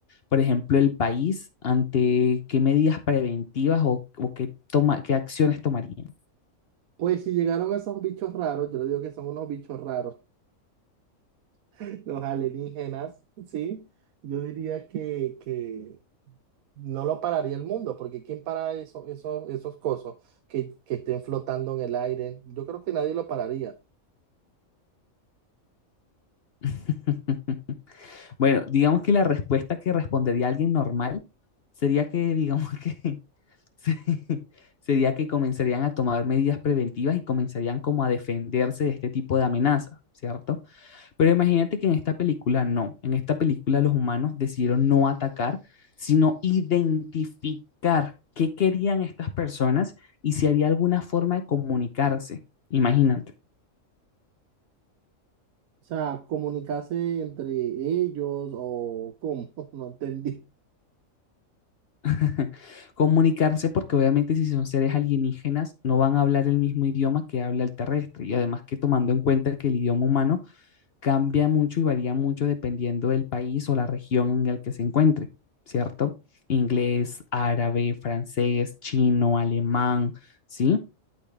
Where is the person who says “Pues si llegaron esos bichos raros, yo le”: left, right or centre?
Right